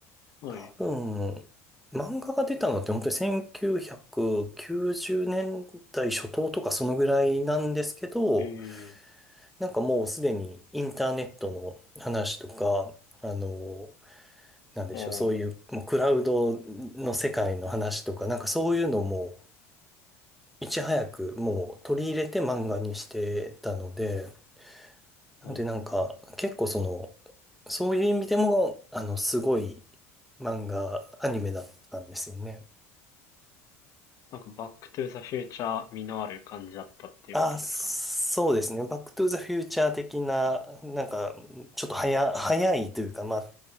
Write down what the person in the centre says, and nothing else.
多分、漫画が出たのって本当に1990年代初頭とかそのぐらいなんですけど、
なんかもうすでにインターネットの話とか、あの、なんでしょう、
そういう、
もうクラウドの世界の話とか、なんかそういうのも、いち早くもう取り入れて漫画にしてたので、なのでなんか結構その、
そういう意味でも、あの、すごい漫画、アニメだったんですよね。
あ、そうですね。バックトゥーザフューチャー的な、なんか、ちょっと早、早いというか、まあ、